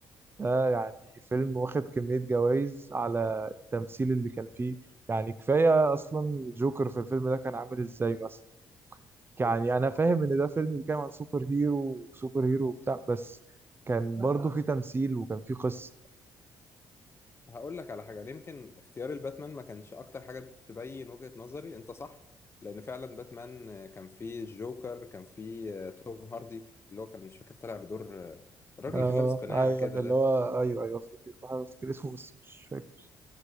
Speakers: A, on the right (about 25°); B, on the left (about 30°).
A: ده يعني فيلم واخد كمية جوائز على التمثيل اللي كان فيه يعني كفاية أصلا جوكر في الفيلم ده كان عامل إزاي مثلا يعني
B: هو
A: أنا فاهم
B: هو-
A: إن ده فيلم بيتكلم عن سوبر هيرو وسوبر هيرو وبتاع بس كان برضه فيه تمثيل وكان فيه قصة
B: هقول لك على حاجه يعني يمكن اختيار الباتمان ما كانش اكتر حاجه تبين وجهه نظري انت صح لان فعلا باتمان آه، كان فيه الجوكر كان فيه آه، توم هاردي اللي هو كان مش فاكر طالع بدور آه، الراجل
A: آه
B: اللي كان لابس قناع
A: أيوه
B: كده
A: اللي
B: ده
A: هو أيوه أيوه فاكر بحاول أفتكر اسمه بس مش فاكر